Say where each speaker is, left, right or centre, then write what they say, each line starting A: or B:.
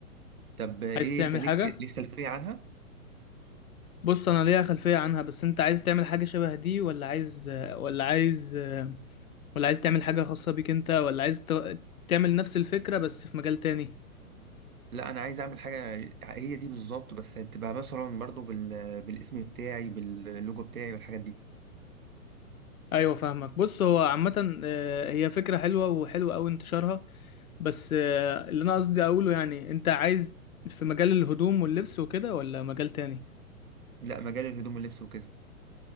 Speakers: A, on the right; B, on the left.
A: طب ايه
B: عايز تعمل
A: انت ليك
B: حاجة
A: ليك خلفية عنها
B: بص انا ليا خلفية عنها بس انت عايز تعمل حاجة شبه دي ولا عايز ولا عايز ولا عايز تعمل حاجة خاصة بيك انت ولا عايز ت- تعمل نفس الفكرة بس في مجال تاني
A: لا انا عايز اعمل حاجة هي دي بالظبط بس هتبقى مثلا برضو بال... بالاسم بتاعي باللوجو بتاعي والحاجات دي
B: ايوه فاهمك بص هو عامة آه، هي فكرة حلوة وحلوة اوي انتشارها بس آه، اللي انا قصدي اقوله يعني انت عايز في مجال الهدوم واللبس وكده ولا مجال تاني
A: لا مجال الهدوم واللبس وكده